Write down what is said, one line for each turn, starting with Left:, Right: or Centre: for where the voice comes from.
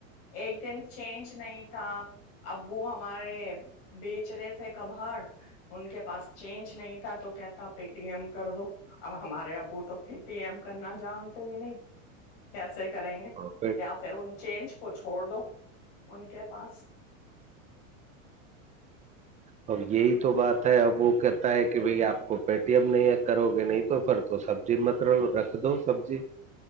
Left: ایک دن چینج نہیں <unintelligible> تھا ابو ہمارے بیچ رہے تھے کبھڑ ان کے پاس چینج نہیں تھا تو کہتا پ <unintelligible> ایم کر دو اب ہمارے ابو تو <unintelligible> پیم <inaudible> کرنا جانتے ہی نہیں کیسے <unintelligible> کریں گے
Right: ہے، اور پے
Left: یا پھر و <inaudible> چینج کو چھوڑ دو ان کے پاس <unintelligible>
Right: ا <inaudible> اب یہی تو بات ہے اب وہ کہتا ہے کہ بھائی آپ کو <unintelligible> پےٹی ایم نہیں ہے کرو گے نہیں تو پر تو سبزی مت رکھ دو سبزی <unintelligible>